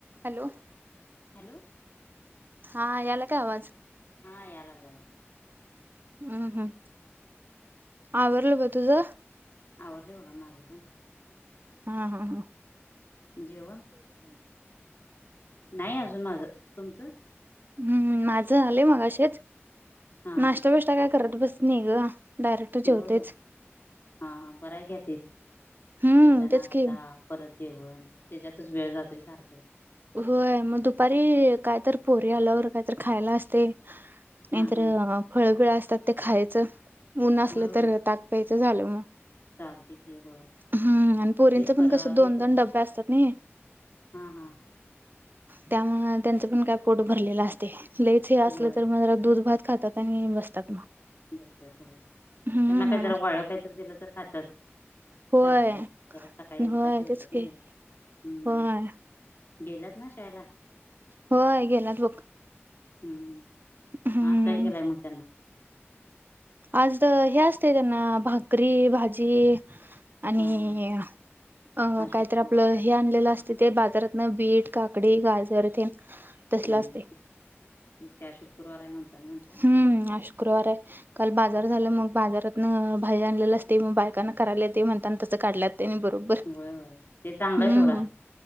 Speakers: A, on the right; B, on the left.
A: Hello.
B: Hello.
A: हा याला काय आवाज?
B: हा याय लागलाय.
A: हम् हम्म आवरला बघ तुझं.
B: आवरले बघा माझे पण
A: हा हा ह.
B: जेवण नाही अजून माझ तुमचं.
A: हम्म माझं झालंय मगाशीच
B: हा
A: नाश्ता
B: हा
A: विष्टा काय करत बस नाही ग. डायरेक्ट जेवतेच
B: होय हां हां बरा घ्या तेच
A: हम्म
B: एकदा
A: तेच
B: नाश्ता
A: की
B: परत जेवण त्याच्यातच वेळ जातोय सारखं.
A: होय मग दुपारी कायतर पोरी आल्यावर कायतर खायला असते. नाहीतर
B: हा हा
A: फळबीळ असतात ते खायचं ऊन असलं
B: होय होय
A: तर ताक पीयाच झालं मग.
B: चालते की होय
A: हम्म आणि पुरींच
B: तेच
A: पण
B: बरं
A: कस
B: हे
A: दोन दोन डबे असतात ना.
B: हा हा.
A: त्यामुळ त्यांचं पण काय पोट भरलेलं असते लयच हे असलं
B: होय
A: तर मग जरा दूध भात खातात. बसतात मग.
B: बघततथ त्यांना
A: हम्म
B: काही जरा वाळ काहीत दिलं तर खात्यात.
A: होय,
B: चालते त्याला सकाळी एकदा
A: होय
B: जेवतच
A: तेच
B: नाही
A: की
B: हम्म
A: होय,
B: गेलंत ना शाला
A: होय गेलात बघ
B: हम्म
A: हम्म.
B: आज काय केलंय मग त्यांना
A: आज हे असते त्यांना भाकरी भाजी आणि
B: हा हा
A: अ
B: आज
A: कायत
B: शुक्रवार
A: आपलं हे आणलेलं असते ते बाजारातन बीट काकडी गाजर येथे तसला
B: हम्म
A: असते
B: त्या शुक्रवाराय म्हणताना म्हण
A: हम्म शुक्रवार आहे काल बाजार झाला मग बाजारात भाई आणलेलं असते बायकांना करायला ते म्हणताना तसं काढलंत त्यांनी बरोबर
B: होय होय ते चांगलंय
A: हम्
B: सोडा